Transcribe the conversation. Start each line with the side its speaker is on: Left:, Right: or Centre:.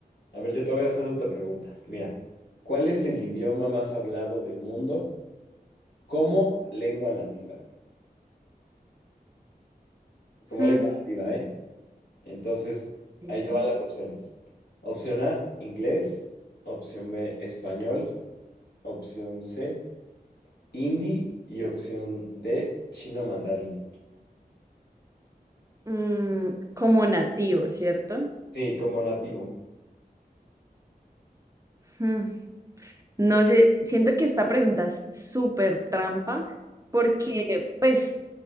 Left: a ver, yo te voy a hacer otra pregunta. Mira, ¿cuál es el idioma más hablado del mundo? como lengua nativa, como
Right: Hmm.
Left: lengua nativa, ¿eh? Entonces,
Right: Ok.
Left: ahí te van las opciones. Opción A, inglés, opción B, español, opción C, hindi y opción D, chino mandarín.
Right: Mm, como nativo, ¿cierto?
Left: Sí, como nativo.
Right: Hmm. No sé, siento que esta pregunta es súper trampa porque pues